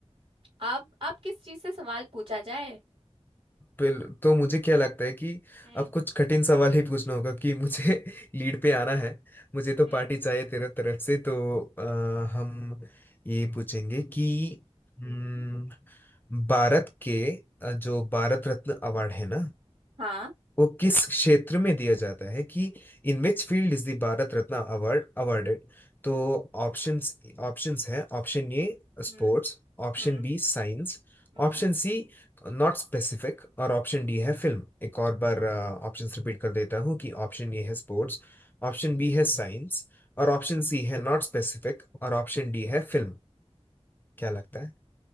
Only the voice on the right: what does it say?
अब अब किस चीज से सवाल पूछा जाए
हम्म
हम्म
हम्म
हम्म
हाँ
हम्म
हम्म,
हम्म।